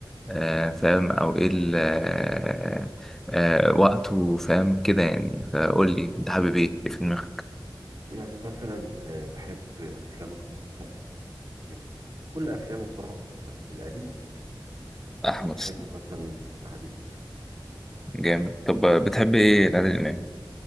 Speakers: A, in the centre; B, on the right.
A: آه، فاهم او ايه ال- آه، آه، وقته فاهم كده يعني فقول لي انت حابب ايه ايه في دماغك
B: يعني مثلا آه، بحب افلام احمد السقا جميل كل افلامه بصراحه بحبها القديم والجديد
A: احمد
B: وبحب
A: حسني
B: مثلا عادل امام
A: جامد طب بتحب ايه العادل امام